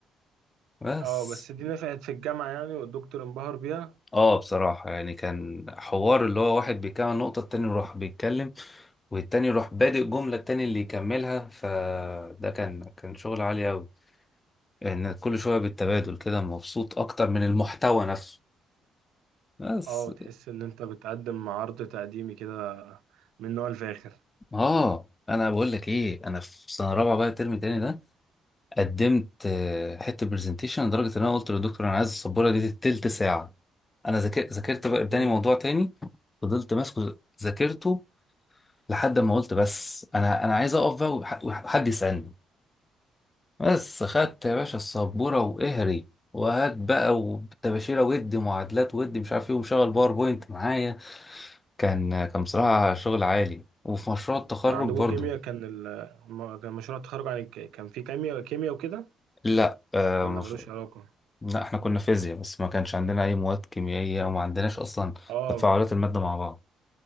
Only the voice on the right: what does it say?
اه بس دي نفعت في الجامعة يعني والدكتور انبهر بيها
اه تحس ان انت بتقدم عرض تقديمي كده من نوع الفاخر
امم
اه
كان عندكم
كيمياء كان ال- الم- كان مشروع التخرج عن الك- كان في كيمياء كيمياء وكده
ولا
ملوش علاقة
اه